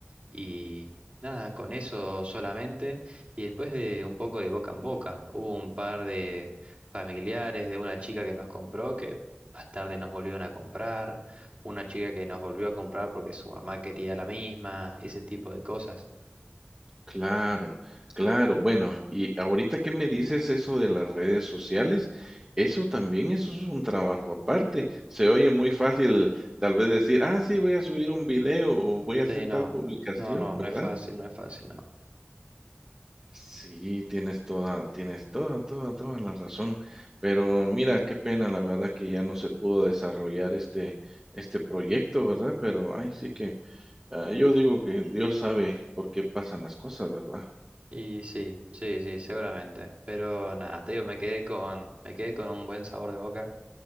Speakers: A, on the right (about 35°); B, on the right (about 20°).
A: y nada, con eso solamente. Y después de un poco de boca en boca, hubo un par de familiares de una chica que nos compró que más tarde nos volvieron a comprar, una chica que nos volvió a comprar porque su mamá quería la misma, ese tipo de cosas.
B: Claro, claro. Bueno, y ahorita que me dices eso de las redes sociales, eso también, eso es un trabajo aparte. Se oye muy fácil tal vez decir, ah, sí, voy a subir un video o voy a hacer
A: Sí,
B: tal
A: no,
B: publicación,
A: no, no,
B: ¿verdad?
A: no es fácil, no es fácil, no.
B: Sí, tienes toda, tienes toda, toda, toda la razón. Pero mira, qué pena, la verdad que ya no se pudo desarrollar este, este proyecto, ¿verdad? Pero ay, sí que, ah, yo digo que Dios sabe por qué pasan las cosas, ¿verdad?
A: Y sí, sí, sí, seguramente. Pero nada, te digo, me quedé con, me quedé con un buen sabor de boca.